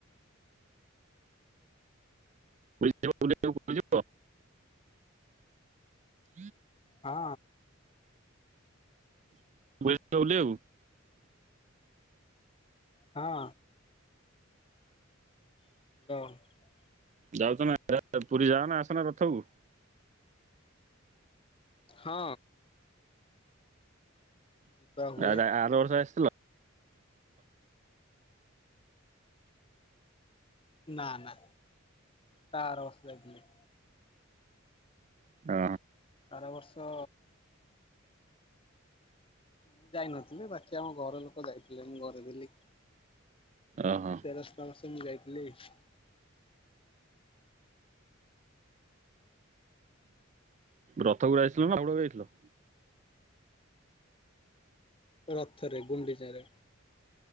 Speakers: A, on the right; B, on the left.
A: <unintelligible>
B: ହଁ।
A: <unintelligible>
B: ହଁ। <unintelligible>
A: ଯାଉଛ ନା ପୁରୀ ଯାଅନା ଆସନା ରଥକୁ?
B: ହଁ। ଯିବା ହୁଏ
A: ଆ-ଆର ବର୍ଷ ଆଶିଥିଲା?
B: ନା ନା ତା ଆର <unintelligible>
A: ହ।
B: ଆର ବର୍ଷ ମୁଁ ଯାଇନଥିଲି ବାକି ଆମ ଘର ଲୋକ ଯାଇଥିଲେ ମୁଁ ଘରେ ଥିଲି।
A: ଓହୋ
B: ତେରଶ ବର୍ଷ <unintelligible>
A: ରଥ ଗୁଡା ଯାଇଥିଲ ନା <unintelligible> ଯାଇଥିଲ?
B: ରଥରେ ଗୁଡି ଚାରେ